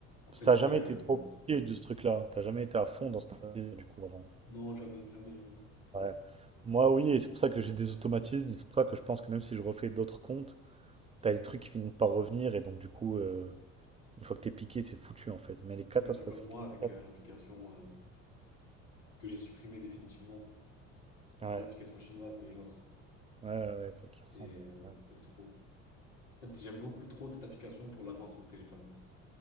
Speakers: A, on the left; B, on the right.
A: Après,
B: Parce que t'as
A: j'ai
B: jamais
A: des... euh,
B: été trop pied de ce truc-là. T'as jamais été à fond dans cette délire, du coup, avant.
A: Non, jamais, jamais, jamais.
B: Ouais. Moi, oui, et c'est pour ça que j'ai des automatismes. et C'est pour ça que je pense que même si je refais d'autres comptes, t'as des trucs qui finissent par revenir. Et donc, du coup, euh, une fois que t'es piqué, c'est foutu, en fait. Mais elle est catastrophique.
A: Ouais, c'est comme moi avec
B: Ouais,
A: euh, l'application euh, que j'ai supprimée définitivement.
B: ouais,
A: Pas l'application chinoise, mais l'autre.
B: ouais, ouais, c'est qui
A: C'est
B: ressemble.
A: euh,
B: Ouais,
A: c'est trop. En fait, j'aime beaucoup trop cette application pour l'avoir sur mon téléphone.